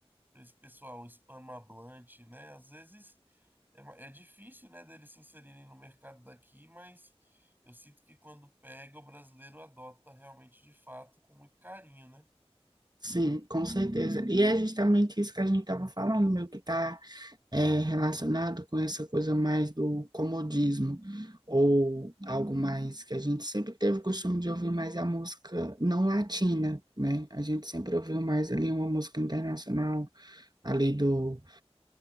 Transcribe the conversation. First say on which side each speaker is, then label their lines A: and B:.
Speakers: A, on the right; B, on the right.
A: para esse pessoal hispanohablante, né? Às vezes é, ma- é difícil, né, deles se inserirem no mercado daqui, mas eu sinto que quando pega, o brasileiro adota realmente de fato com muito carinho, né?
B: Sim, com certeza. E é justamente isso que a gente estava falando, meu, que está é relacionado com essa coisa mais do comodismo, ou algo mais que a gente sempre teve o costume de ouvir mais a música não latina, né? A gente sempre ouviu mais ali uma música internacional, ali do